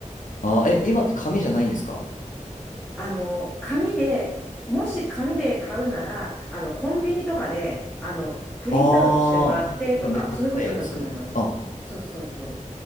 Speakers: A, on the left (about 75°); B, in the centre.
A: あー、え、今って紙じゃないんですか
B: あの、紙で、もし紙で買うなら、あの、コンビニとかで、あの、プリントアウトしてもらってとか、
A: ああー、ちょっとめんどくさいやつ。
B: そういうことだと思います。
A: あ
B: そうそうそう。